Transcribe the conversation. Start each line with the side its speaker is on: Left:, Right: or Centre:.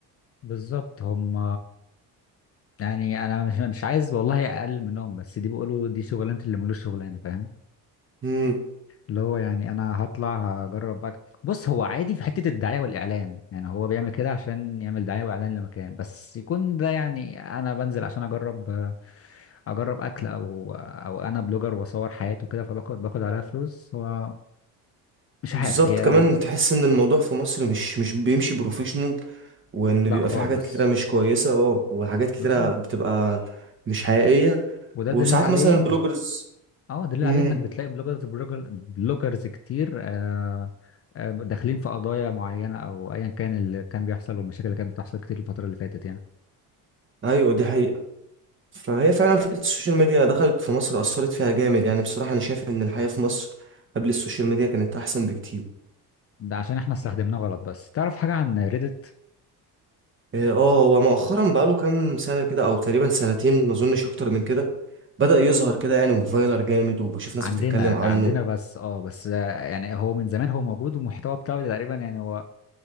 Left: بالظبط هم يعني انا مش مش عايز والله اقل منهم بس دي بيقولوا دي شغلانه اللي ملوش شغلانه فاهم
Right: برضه
Left: اللي هو يعني انا هطلع هجرب أك... بص هو عادي في حته الدعايه والاعلان يعني هو بيعمل كده عشان يعمل دعايه واعلان لمكان بس يكون ده يعني انا بنزل عشان اجرب اجرب اكل او او انا بلوجر واصور حياتي وكده فباخد باخد عليها فلوس هو مش
Right: بالظبط
Left: عارف هي
Right: كمان تحس ان الموضوع في مصر مش مش بيمشي بروفيشنال وان
Left: لا
Right: بيبقى
Left: خالص
Right: في حاجات كتيره مش كويسه اه وحاجات كتيره
Left: بالظبط
Right: بتبقى مش حقيقيه
Left: وده
Right: وساعات
Left: دليل عليه
Right: مثلا البلوجرز
Left: اه دليل
Right: امم
Left: عليه انك بتلاقي بلوجرز بلوجر بلوجرز كتير آه، آه، داخلين في قضايا معينة او ايا كان اللي كان بيحصل والمشاكل اللي كانت بتحصل كتير الفترة اللي فاتت يعني
Right: ايوه دي حقيقه فهي فعلا فكره السوشيال ميديا دخلت في مصر اثرت فيها جامد يعني بصراحه انا شايف ان الحياه في مصر قبل السوشيال ميديا كانت احسن بكتير
Left: ده عشان احنا استخدمناه غلط بس تعرف حاجة عن ريدت
Right: اه آه، هو مؤخرا بقاله كام سنه كده او تقريبا سنتين ما اظنش اكتر من كده بدأ يظهر كده يعني وفايلر جامد وبشوف ناس
Left: عندنا
Right: بتتكلم عنه
Left: ده عندنا بس اه بس آه، يعني هو من زمان هو موجود والمحتوى بتاعه تقريبا يعني هو